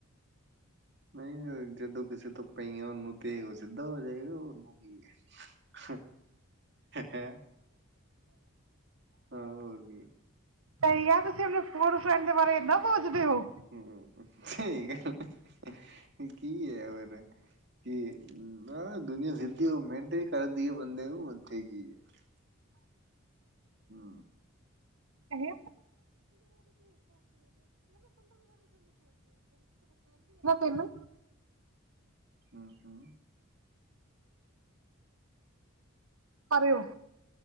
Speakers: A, on the right; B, on the right.
A: ਨਈ ਜਦੋਂ ਕਿਸੇ ਤੋਂ ਪਈਆਂ ਓਨੂੰ ਤੇ ਓ ਸਿੱਧਾ ਹੋ ਜਾਏਗਾ ਓਨੂੰ ਕੀ ਏ ਹੈ ਹੋਰ ਕੀ ਏ
B: ਤੇ ਯਾਰ ਤੁਸੀਂ ਆਪਣੇ ਫੋਰ ਫਰੈਂਡ ਦੇ ਬਾਰੇ ਨਾ ਸੋਚਦੇ ਓ।
A: ਹੂੰ ਸਈ ਗੱਲ ਕੀ ਐ ਹੋਰ। ਕਿ ਮੈ ਦੁਨੀਆਂ ਸਿੱਧੀ ਓ ਮਿਹਨਤ ਹੀ ਕਰਦੀ ਐ ਬੰਦੇ ਨੂੰ ਏਥੇ ਕੀ ਐ। ਹੂੰ।
B: ਹੈ <inaudible>
A: ਹੂੰ-ਹੂੰ।
B: ਪਰੇ ਹੋ।